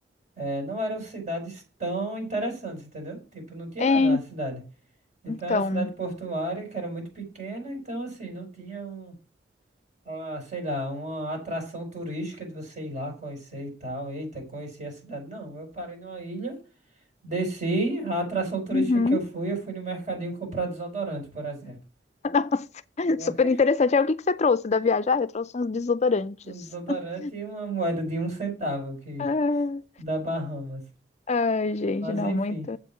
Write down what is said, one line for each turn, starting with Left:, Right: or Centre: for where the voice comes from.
Right: eh, não eram cidades tão interessantes, entendeu? Tipo, não tinha
Left: É,
Right: nada na cidade. Então,
Left: então,
Right: a cidade portuária, que era muito pequena, então, assim, não tinha um, ah, sei lá, uma atração turística de você ir lá conhecer e tal. Eita, conheci a cidade. Não, eu parei numa ilha, desci, a atração turística
Left: uhum.
Right: que eu fui, eu fui no mercadinho comprar desodorante, por exemplo.
Left: Nossa, <laughs>
Right: Porque
Left: Super interessante.
Right: <laughs>
Left: Aí, o que que você trouxe da viagem? Ah, eu trouxe uns desodorantes.
Right: um desodorante
Left: <laughs>
Right: e uma moeda de um centavo que
Left: Ah,
Right: da Bahamas.
Left: Ai, gente,
Right: Mas,
Left: não,
Right: enfim,
Left: muito.